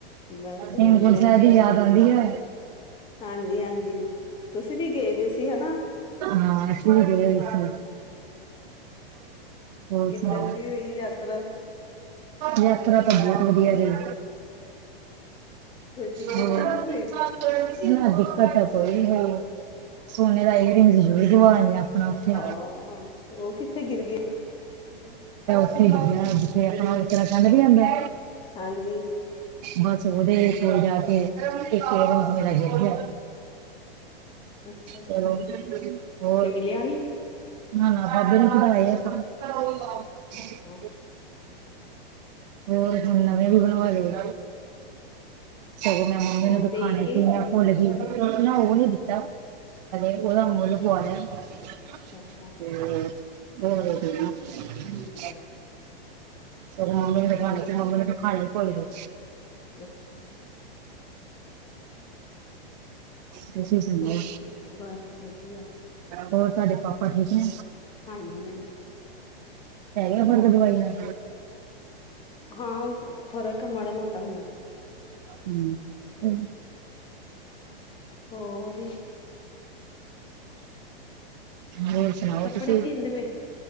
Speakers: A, on the left (about 15°); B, on the right (about 45°).
A: ਬਸ
B: ਹੇਮਕੁੰਟ
A: ਵਧੀਆ,
B: ਸੈਬ ਦੀ ਯਾਦ ਆਉਂਦੀ ਐ।
A: ਹਾਂਜੀ-ਹਾਂਜੀ ਤੁਸੀਂ ਵੀ ਗਏ ਦੇ ਸੀ ਹੈਨਾ।
B: ਹਾਂ ਅਸੀਂ ਵੀ ਗਯੇ ਹੋਏ ਸੀ। ਹੋਰ
A: ਕਿੱਧਰ
B: ਸੁਣਾਓ,
A: ਦੀ ਹੋਈ ਯਾਤਰਾ?
B: ਯਾਤਰਾ ਤਾਂ ਬੋਹਤ ਵਧੀਆ ਰਈ।
A: ਕੋਈ ਦਿੱਕਤ
B: ਹੋਰ
A: ਤਾਂ
B: ਨਾ
A: ਨਹੀਂ ਹੋਈ?
B: ਦਿੱਕਤ ਤੇ ਕੋਈ ਨਹੀਂ ਹੋਈ ਸੋਨੇ ਦਾ ਏਰਿੰਗ ਜ ਗਵਾ ਲਿਆ ਆਪਣਾ ਉੱਥੇ
A: ਹਾਂ ਉਹ ਕਿੱਥੇ ਗਿਰ ਗਏ?
B: <unintelligible> ਉੱਥੇ ਡਿੱਗਿਆ ਜਿੱਥੇ ਆਪਾ ਉਤਰਾ ਖੰਡ ਨੀ ਆਂਦਾ।
A: ਹਾਂਜੀ,
B: ਬਸ ਵਧੀਆ ਹੀ ਰਿਹਾ ਉਥੇ ਜਾ ਕੇ ਇੱਕ ਏਰਿਗ ਮੇਰਾ ਗਿਰ ਗਿਆ।
A: ਅੱਛਾ-ਅੱਛਾ।
B: ਚਲੋ ਹੋਰ
A: ਤੇ ਮਿਲਿਆ ਨੀ?
B: ਨਾ-ਨਾ ਬਾਬੇ ਨੂੰ ਚੜਾ ਆਏ <unintelligible>
A: ਅੱਛਾ-ਅੱਛਾ।
B: ਹੋਰ ਹੁਣ ਨਵੇਂ ਵੀ ਬਣਵਾ ਲਏ। ਚਲ ਮੈਂ ਮੰਮੀ
A: ਉਹ
B: ਨੂੰ ਦਿਖਾਉਣੇ
A: ਦੇ ਕੇ
B: ਸੀ ਮੈਂ ਮੁੱਲ ਹੀ ਓ-ਓ ਨੀ ਦਿੱਤਾ ਉਹਦਾ ਮੁੱਲ ਪੁਆ ਲਿਆ। ਹੂੰ <unintelligible>
A: ਅੱਛਾ ਅੱਛਾ ਠੀਕ ਹੈ
B: ਸਗੋਂ ਮੰਮੀ ਨੇ ਦਿਖਾਣੀ
A: ਹੋਰ
B: ਤੇ ਮੰਮੀ ਨੇ ਦਿਖਾਈ ਕੋਈ ਨਈ ਹੂੰ
A: ਅੱਛਾ
B: ਤੁਸੀਂ ਸੁਣਾਓ
A: ਹੋ ਬਸ ਵਧੀਆ
B: ਹੋਰ ਤੁਡੇ ਪਾ ਪ ਠੀਕ ਨੇ
A: ਹਾਂਜੀ ਹਾਂਜੀ
B: ਪੈ ਗਿਆ ਫਰਕ ਦਵਾਈ ਨਾਲ
A: ਹਾਂ ਫ਼ਰਕ ਹੈ ਮਾੜਾ ਮੋਟਾ ਹੁਨ
B: ਹੂੰ
A: ਹੋਰ
B: ਹੋਰ ਸੁਣਾਓ
A: ਕੱਪੜੇ
B: ਤੁਸੀਂ
A: ਸੀਂਣੇ ਪਏ।